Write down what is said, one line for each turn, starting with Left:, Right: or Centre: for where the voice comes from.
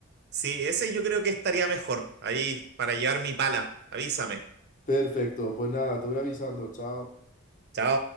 Right: Sí, ese yo creo que estaría mejor. Ahí, para llevar mi pala. Avísame.
Left: Perfecto, pues nada, te voy avisando, chao.
Right: Chao.